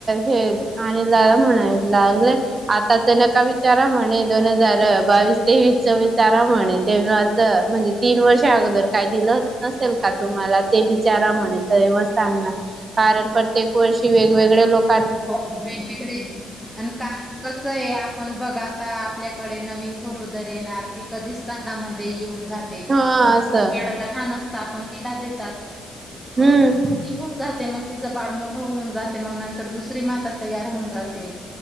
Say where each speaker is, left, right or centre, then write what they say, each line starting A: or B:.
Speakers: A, on the right; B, in the centre.
A: हे आणि <unintelligible> म्हणायला लागले. आताच नका विचारा म्हणे. दोन हजार बावीस तेवीसच विचारा म्हणे तेव- म्हणजे तीन वर्षा अगोदर काय दिलं नसेल का तुम्हाला? ते विचारा म्हणे. तेव्हा- कारण प्रत्येक वर्षी वेगवेगळे लोक-
B: हो वेगवेगळे. आणि कारण कस आहे आपण बघा आता आपल्याकडे नवीन- ते कधीच <unintelligible> येऊन जाते
A: हा
B: मगं
A: असं
B: <unintelligible> लहान असता आपण - तिला देतात.
A: हम्म.
B: टिकून जाते. मग तिचं बाळ मोठं होऊन जाते मग नंतर दुसरी माता- तयार होऊन जाते.